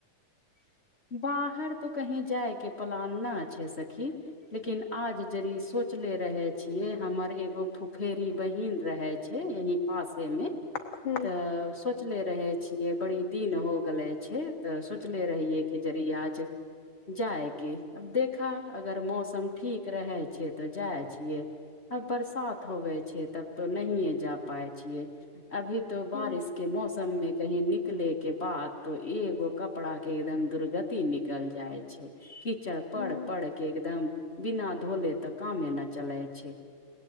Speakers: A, on the left (about 30°); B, on the left (about 80°).
A: बाहर तो कही जाय के प्लान ना छै सखी लेकिन आज ज सोचले रहे छियै हमर एगो फ फेरी बहन रहै छै यही पासे मे
B: हूं
A: तऽ स सोचले रहे छियै बड़ी दीन हो गेले छै तऽ सोचले रहिये के जरए आज जाएगी अब देखा अगर मौसम ठीक रहै छै तऽ जाइ छियै अब बरसात होवे छै तब तो नहि जा पाय छियै अभी तो बारिश
B: हूं
A: के मौसम में कहीं निकले के बाद तो एगो कपड़ा के एकदम दुर्गति निकल जाइ छै कीचड़ पड़
B: हूं
A: पड़ के एकदम बिना धोले तऽ कामे नहि चलै छै